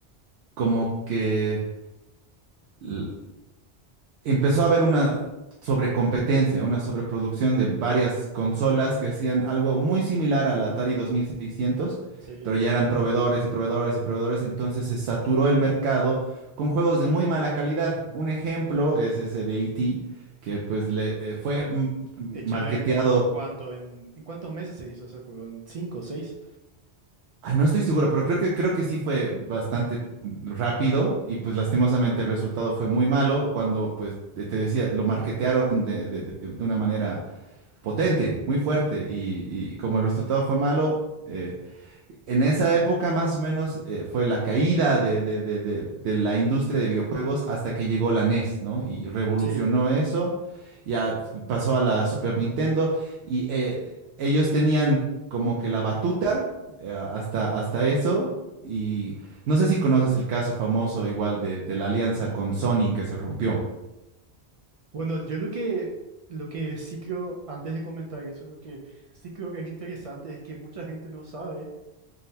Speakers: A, on the right; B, on the right.
A: como que l- empezó a haber una sobrecompetencia, una sobreproducción de varias consolas que hacían algo muy similar al Atari 2600,
B: sí.
A: pero ya eran proveedores y proveedores y proveedores, entonces se saturó el mercado con juegos de muy mala calidad. Un ejemplo es ese de E.T., que pues le eh, fue mm,
B: Hecho
A: marketeado
B: en, en cuánto, en, en cuántos meses se hizo ese juego, en cinco seis.
A: Ay, no estoy seguro, pero creo que, creo que sí fue bastante rápido y pues lastimosamente el resultado fue muy malo cuando pues te te decía, lo marketearon de, de- de- de una manera potente, muy fuerte y, y como el resultado fue malo, eh, en esa época más o menos eh, fue la caída de, de- de- de- de la industria de videojuegos hasta que llegó la NES, ¿no? Y revolucionó
B: Sí.
A: eso, ya pasó a la Super Nintendo y eh, ellos tenían como que la batuta eh, hasta, hasta eso y no sé si conoces el caso famoso igual de, de la alianza con Sony que se rompió.
B: Bueno, yo lo que, lo que sí creo, antes de comentar eso, lo que sí creo que es interesante es que mucha gente no sabe